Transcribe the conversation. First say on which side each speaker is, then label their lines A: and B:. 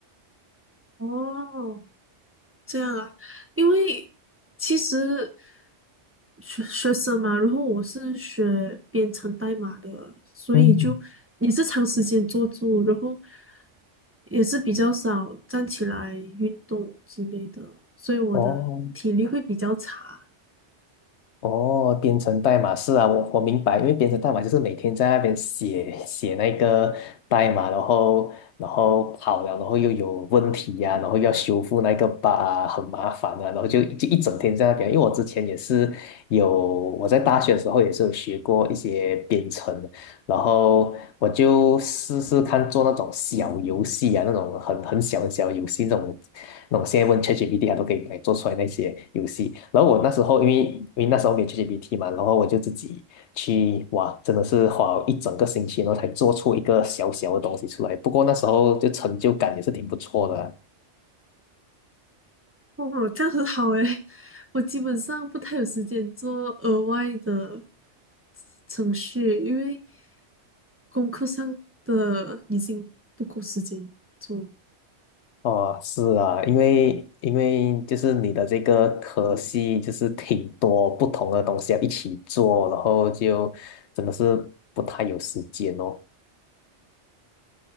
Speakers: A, on the right; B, on the left.
A: 哦，这样啊，因为其实学学生嘛，然后我是学编程代码的，所以就也是长时间坐住，
B: 嗯，
A: 然后也是比较少站起来运动之类的，所以我的体力会比较差。
B: 哦哦，编程代码是啊，我我明白，因为编程代码就是每天在那边写写那个代码，然后然后跑了，然后又有问题呀、然后要修复那个 bug 啊，很麻烦啊，然后就就一整天在那边。因为我之前也是有我在大学的时候也是有学过一些编程，然后我就试试看做那种小游戏啊，那种很很小很小的游戏，那种那我现在问 ChatGPT，它都可以来做出来那些游戏。然后我那时候因为因为那时候没有 ChatGPT 嘛，然后我就自己去哇，真的是花了一整个星期，然后才做出一个小小的东西出来。不过那时候就成就感也是挺不错的啊
A: 哦，这样很好诶，我基本上不太有时间做额外的程序，因为功课上的已经不够时间做。
B: 哦，是啊，因为因为就是你的这个科系就是挺多不同的东西要一起做，然后就真的是不太有时间哦。